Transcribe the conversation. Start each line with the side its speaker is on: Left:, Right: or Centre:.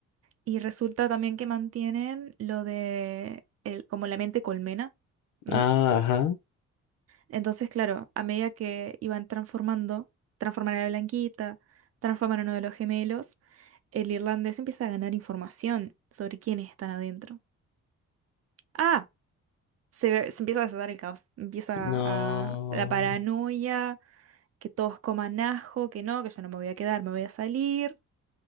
Right: Y resulta también que mantienen lo de, el, como la mente colmena, ¿no?
Left: Ah, Ajá.
Right: Entonces, claro, a medida que iban transformando, transforman a la Blanquita, transforman a uno de los gemelos, el irlandés empieza a ganar información sobre quiénes están adentro. Ah, se, ve- se empieza a desatar el caos. Empieza
Left: No,
Right: a, la paranoia, que todos coman ajo, que no, que yo no me voy a quedar, me voy a salir.